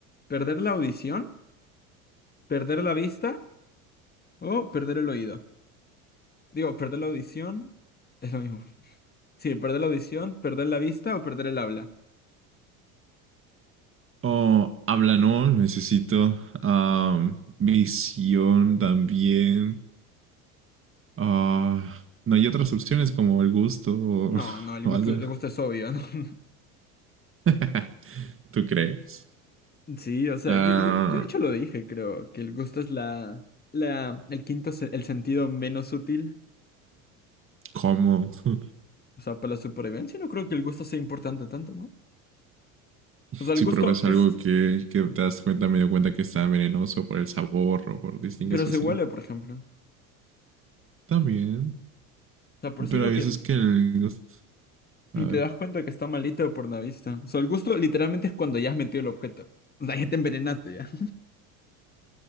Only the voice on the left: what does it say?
¿Perder la audición? ¿Perder la vista? ¿O perder el oído? Digo, perder la audición es lo mismo. Sí, perder la audición, perder la vista o perder el habla.
No, no, el
gusto,
el gusto es obvio, ¿no? <laughs>
Sí, o sea,
yo, yo, yo de hecho lo dije, creo, que el gusto es la, la, el quinto, se- el sentido menos útil.
O sea, para la supervivencia no creo que el gusto sea importante tanto, ¿no? O sea,
el gusto
es
Pero
se
huele, por ejemplo. O
sea, por eso
digo
que
ni
te das cuenta que está malito por la vista. O sea, el gusto literalmente es cuando ya has metido el objeto. O sea, ya te envenenaste ya.